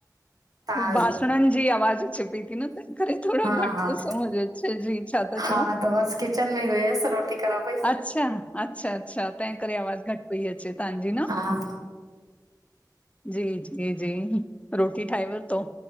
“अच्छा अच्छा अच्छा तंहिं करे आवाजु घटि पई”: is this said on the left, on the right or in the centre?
Left